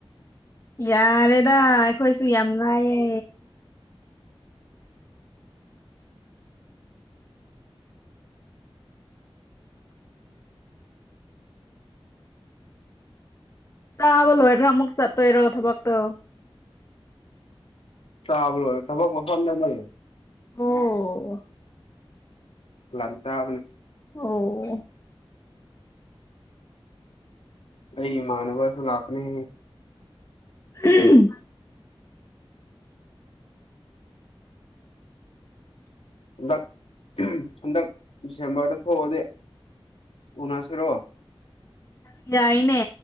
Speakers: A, on the left (about 30°); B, on the left (about 85°).
A: ꯌꯥꯔꯦꯗ ꯑꯩꯈꯣꯏꯁꯨ ꯌꯥꯝ ꯂꯥꯏꯌꯦ ꯆꯥꯕ ꯂꯣꯏꯔ ꯑꯃꯨꯛ ꯆꯇꯣꯏꯔꯣ ꯊꯕꯛꯇꯣ
B: ꯆꯥꯕ ꯂꯣꯢ ꯊꯕꯛ ꯃꯐꯝꯗꯅꯦ
A: ꯑꯣ
B: ꯂꯟꯁ ꯆꯥꯕꯅꯦ
A: ꯑꯣ
B: ꯑꯩ ꯏꯃꯥꯟꯕꯁꯨ ꯂꯥꯛꯀꯅꯤ
A: ꯑꯍꯝ
B: ꯍꯟꯗꯛ ꯍꯟꯗꯛ ꯗꯤꯁꯦꯝꯕꯔꯗ ꯊꯣꯛꯑꯗꯤ ꯎꯅꯁꯤꯔꯣ
A: ꯌꯥꯏꯅꯦ